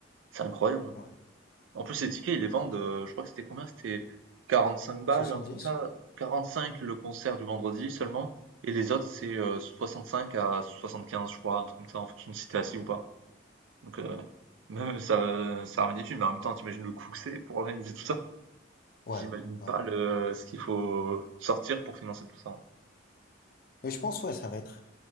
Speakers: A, on the right (about 85°); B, on the left (about 50°).
A: c'est incroyable.
B: ouais,
A: En plus, les tickets, ils les vendent, heu, je crois que c'était combien? C'était 45 balles,
B: soixante-dix
A: un truc comme ça. 45 le concert du vendredi seulement et les autres, c'est, heu, 65 à 75, je crois, un truc comme ça, en fonction de si tu es assis ou pas. Donc, heu, même ça ça ramène des thunes, mais en même temps, t'imagines le coût que c'est pour organiser tout ça?
B: Ouais,
A: J'imagine
B: ouais.
A: pas le ce qu'il faut sortir pour financer tout ça, hein.
B: Mais je pense, ouais, ça va être,